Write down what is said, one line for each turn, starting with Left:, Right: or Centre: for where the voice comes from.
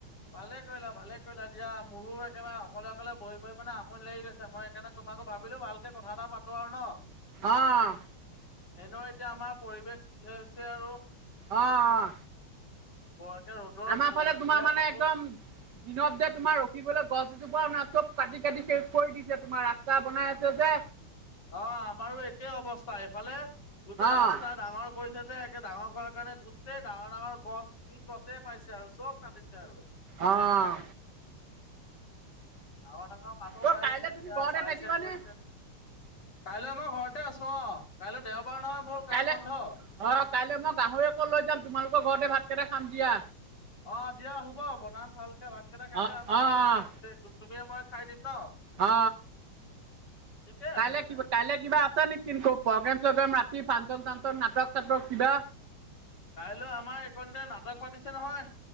Left: ভালে কৰিলা ভালে কৰিলা দিয়া মোৰো একেবাৰে অকলে অকলে বহি বহি মানে আমনি লাগি গৈছে মই সেইকাৰণে তোমাকো ভাবিলো ভালকে কথা এটা পাতো আৰু ন।
Right: অহ
Left: এনে এতিয়া আমাৰ পৰিৱেশ য হৈছে আৰু।
Right: অ',
Left: বৰকে ৰ'দৰ
Right: আমাৰ ফালে তোমাৰ
Left: যিহে
Right: মানে
Left: প্ৰকোপ
Right: একদম দিনত যে তোমাৰ। লৈ গছ এজোপা ন চব কাটি কাটি কৰি দিছে তোমাৰ ৰাস্তা বনাই আছে যে।
Left: অ আমাৰো একেই অৱস্থা এইফালে গোটেই
Right: অ',
Left: ৰাস্তা ডাঙৰ কৰিছে যে একে। ডাঙৰ কৰ কাৰণে গোটেই ডাঙৰ ডাঙৰ গছ যি গছে পাইছে আৰু চব কাটিছে আৰু।
Right: আহ
Left: ডাঙৰ ডাঙৰ মানুহো
Right: অ',
Left: আহিছে
Right: কাইলে তুমি
Left: সেয়া
Right: ঘৰতে
Left: চাইছে
Right: থাকিবানে?
Left: কৰিৈছে কাইলৈ মই ঘৰতে আছো। চ কাইলৈ দেওবাৰ নহয় মোৰ কাম
Right: কাইলৈ
Left: বন্ধ।
Right: অ' কাইলৈ মই গাহৰি অকৌ লৈ যাম তোমালোকৰ ঘৰতে ভাতকেইটা খাম দিয়া।
Left: অ দিয়া হুব বনাম ভালকে ভাতকেইটা কাইলৈ
Right: অ'
Left: আমাৰ
Right: অ'
Left: ঘৰতে ত তুমি মই। খাই দিম ন
Right: অ
Left: ঠিকে
Right: কাইলৈ
Left: আছে তেনে
Right: কিবা কাইলৈ কিবা আছে নেকিু প্ৰগ্ৰেম চগ্ৰেম ন। কি ভান্তক তান্তক নাটক চাটক কিবা।
Left: কাইলৈ আমাৰ এইকণতে নাটক পাতিছে নহয়।